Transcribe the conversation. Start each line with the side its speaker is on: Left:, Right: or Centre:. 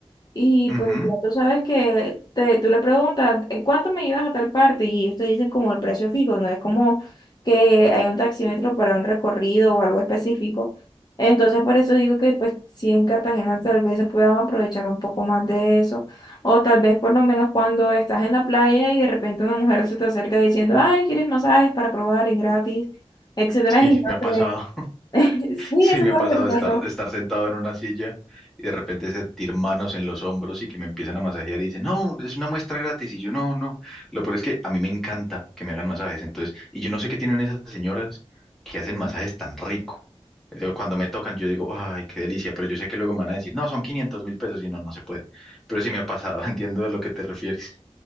Left: Y pues
Centre: Ujú,
Left: ya tú sabes que te, tú le preguntas, ¿en cuánto me llevas a tal parte? Y ellos te dicen como el precio fijo, no es como que hay un taxímetro para un recorrido o algo específico. Entonces por eso digo que pues sí en Cartagena tal vez se puedan aprovechar un poco más de eso. O tal vez por lo menos cuando estás en la playa y de repente una mujer se te acerca diciendo, ay, ¿quieres masajes para probar? Es gratis, etcétera.
Centre: Sí,
Left: Y no
Centre: me ha
Left: sé.
Centre: pasado
Left: <laughs> Sí,
Centre: Sí,
Left: eso
Centre: me
Left: fue
Centre: ha pasado
Left: lo que te pasó.
Centre: estar, estar sentado en una silla y de repente sentir manos en los hombros y que me empiezan a masajear y dicen, no, es una muestra gratis. Y yo, no, no. Lo peor es que a mí me encanta que me hagan masajes. Entonces, y yo no sé qué tienen esas señoras que hacen masajes tan rico. Yo, Cuando me tocan, yo digo, ay, qué delicia. Pero yo sé que luego me van a decir, no, son quinientos mil pesos y no, no se puede. Pero sí me ha pasado, <laughs> entiendo de lo que te refieres.